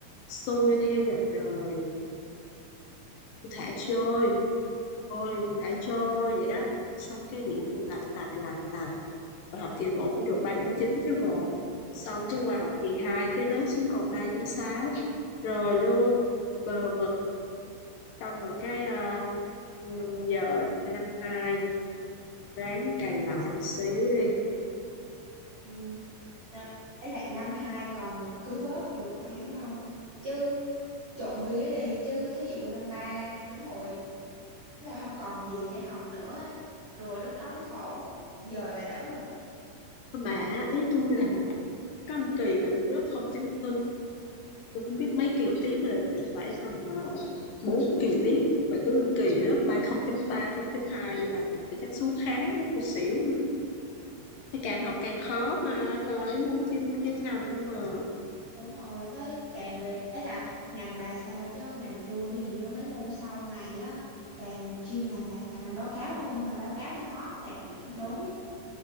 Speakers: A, on the left; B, on the right.
A: xuôi theo dòng đời, thả trôi, thôi thả trôi vậy đó. Xong cái điểm cũng lạch tạch lạch tạch. Và học kỳ một cũng được 3 chín chứ bộ. Xong cái qua học kỳ 2 cái rớt xuống còn 3 sáu rồi luôn bờ vực xong rồi cái ờ, ừ, giờ năm 2 ráng cày lại xíu đi.
B: Ừ, năm, ấy là năm hai còn cứu vớt được, bà hiểu không? Chứ trộm vía đi, chứ thí dụ năm ba đến hồi tức là không còn gì để học nữa. Rồi lúc đó mới khổ. Giờ là đỡ rồi.
A: Mà ý tôi là có một kỳ mà tôi rớt không chấm tư. tôi không biết mấy kỳ tiếp rồi thì phải tầm uh, 4 kỳ tiếp và cứ kỳ rớt ba 0.3 0.2 đi bà thì chắc số khá tôi xỉu luôn Thế càng học càng khó mà toàn đến môn chuyên chuyên ngành không mà
B: Đúng rồi, với càng về ấy là ngành bà sao chứ ngành tôi hình như mấy môn sau này á càng chuyên ngành là càng làm báo cáo thôi mà báo cáo thì khó đạt điểm tuyệt đối á.